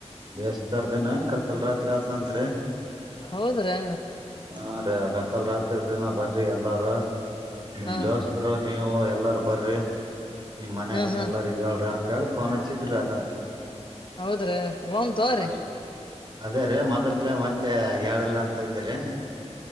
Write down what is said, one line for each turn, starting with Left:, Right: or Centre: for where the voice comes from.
Right: ಬೇಸ್್ತರ ದಿನ ಏನ್ ಕತ್ತಲ್ ರಾತ್ರಿ ಆತ್ಂತ್ರಿ
Left: ಹೌದ್ರಾ
Right: ಹಾ ರೀ ಕತ್ತಲ್ ರಾತ್ರಿ ದಿನ ಬರ್ರಿ ಎಲ್ಲಾರ ನಿಮ್
Left: ಹಾ
Right: ದೋಸ್ಕರು ನೀವು ಎಲ್ಲಾರು ಬರ್ರಿ ನಿಮ್ ಮನ್ಯಾಗನ
Left: ಹಾ ಹಾ
Right: ಎಲ್ಲರಿಗ ಹೇಳ್ರಿ ಅಂತ ಹೇಳಿ ಫೋನ್ ಹಚ್ಚಿದ್ರಿ ಆಗ
Left: ಹೌದ್ರೀ ಒಮ ತ್ರೀ
Right: ಹಾ ಅದೇ ರೀ ಮೊದಲ್ ಮತ್ತೆ ಏಳಲ್ಲ ಅಂತ ಅಂದ್ರೀ